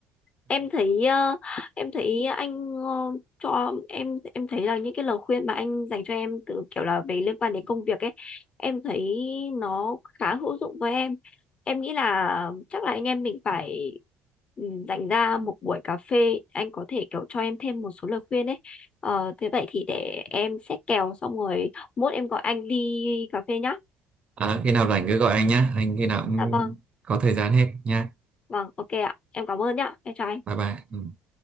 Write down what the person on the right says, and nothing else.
À, khi nào rảnh cứ gọi anh nhá. Anh khi nào cũng
có thời gian hết nha.
Bye bye. Ừ.